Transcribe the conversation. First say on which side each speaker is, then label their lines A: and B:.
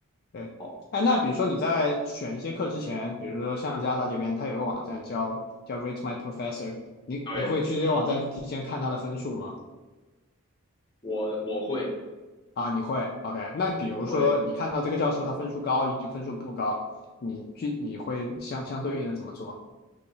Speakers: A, on the left (about 45°); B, on the left (about 20°).
A: 对，
B: 好。
A: 哎，那比如说你在选一些课之前，比如说像加拿大这边，它有个网站叫叫 Rate My Professor，你你会去这些网站去提前看他的分数吗？
B: 对，我我会
A: 啊，你会，OK。那比如说你看到这个教授他分数高以及分数不高，
B: 我会。
A: 你去你会相相对应的怎么做？